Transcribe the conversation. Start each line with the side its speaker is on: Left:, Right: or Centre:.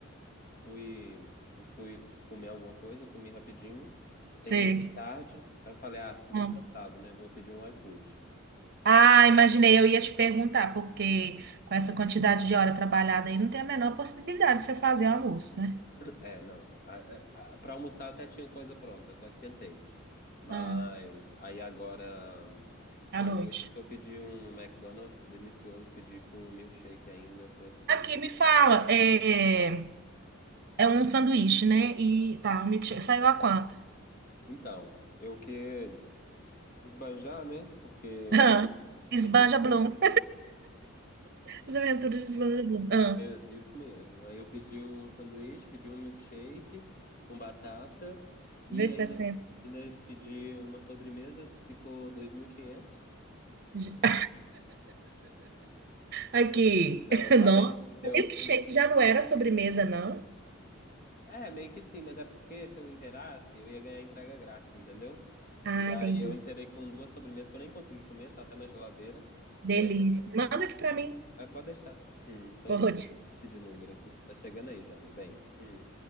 Left: Fui, e fui comer alguma coisa, comi rapidinho. Terminei
Right: sei.
Left: tarde. Aí eu falei, ah, muito
Right: hum.
Left: cansado, né? Vou pedir um iFood.
Right: Ah, imaginei, eu ia te perguntar, porque com essa quantidade de hora trabalhada aí, não tem a menor possibilidade de você fazer almoço, né?
Left: É, não. A- a- a- Pra almoçar até tinha coisa pronta, eu só esquentei. Mas
Right: Ah,
Left: aí agora
Right: à
Left: à
Right: noite.
Left: noite que eu pedi um McDonald's delicioso, pedi com um milkshake ainda, foi assim.
Right: Aqui, me fala, é, é um sanduíche, né? E tá, um milkshake. Saiu a quanto?
Left: Então, eu quis esbanjar, né? Porque
Right: <laughs> Esbanja
Left: eu pedi,
Right: Blum. As Aventuras de Slow Blum Ah,
Left: É, isso mesmo. Aí eu pedi o sanduíche, pedi um milkshake com batata e
Right: v
Left: ainda,
Right: setecentos
Left: ainda pedi uma sobremesa, ficou 2.500.
Right: <laughs> Aqui.
Left: Não, 40,
Right: Não.
Left: deu,
Right: O milkshake
Left: cin-
Right: já não era sobremesa, não?
Left: é, meio que sim, mas é porque se eu inteirasse, eu ia ganhar entrega grátis, entendeu?
Right: Ah,
Left: E aí
Right: entendi.
Left: eu inteirei com duas sobremesas que eu nem consegui comer, tá até na geladeira.
Right: Delícia.
Left: É,
Right: Manda aqui pra mim.
Left: é, pode deixar. Hum, tô
Right: Pode.
Left: pedindo Uber aqui, tá chegando aí já, meu bem. Hum,